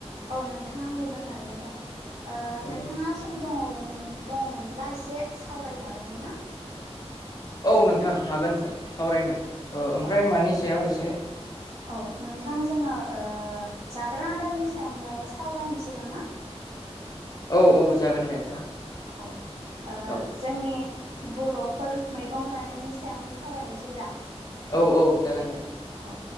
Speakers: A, on the right; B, on the left.
A: औ नोंथाङा आंबो मोजाङैनो दं ओ
B: अ
A: नोंथाङा सम दङ। दङमोनब्ला एसे सावरायजागौमोन ना?
B: औ नोंथां हागोन सावरायनो। ओ ओमफ्राय
A: औ
B: मानि सायाव एसे
A: औ नोंथां जोंहा ओ जाग्रा आदारनि सायावनो सावरायनोसै नामा?
B: औ औ जागोन दे।
A: औ ओ
B: औ
A: जोंनि। बर'फोर मैगं जानायनि सायावनो सावरायनोसै दा।
B: औ औ जागोन दे।
A: औ